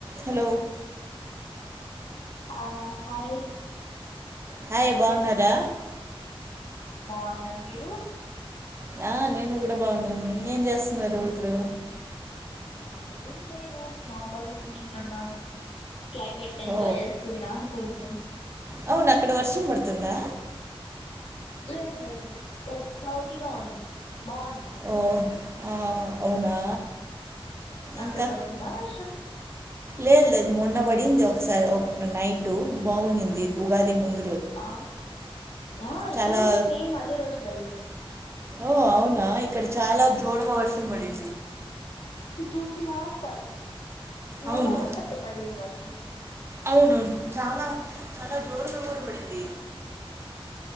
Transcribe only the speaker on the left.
ఆ హాయ్
బాన్నాను మీరు
ఏం లేదు నార్మల్గా కూర్చొని ఉన్నాం క్లైమేట్ ఎంజాయ్
చేస్తున్నా కొంచెం.
లేదు లేదు లైక్ క్లౌడీగా ఉంది బాగుంది
అక్కడ
బడుతుందా వర్షం
ఆ ఆ
ఇక్కడ కూడా సేమ్ అదే రోజు పడింది
టూ త్రీ హవర్స్ పడి టూ
హవర్స్ అట్ట పడింది వర్షం